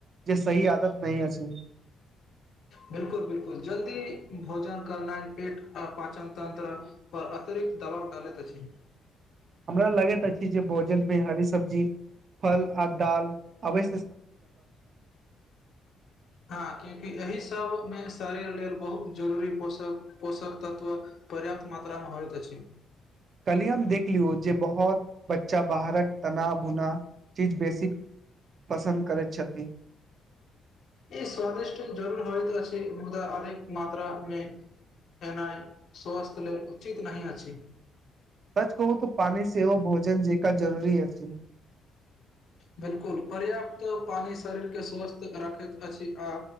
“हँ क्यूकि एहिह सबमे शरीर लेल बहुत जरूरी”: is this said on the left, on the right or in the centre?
Left